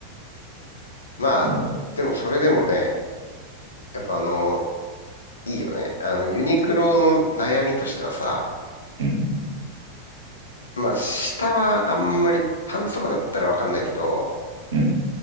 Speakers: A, on the left (about 70°); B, on the right (about 65°).
A: まあ、
B: う。ね。
A: でもそれでもね、やっぱあのいいよね。あの、ユニクロの悩みとしてはさ、
B: うん、
A: まあ、下はあんまりパンツとかだったらわかんないけど、
B: うん、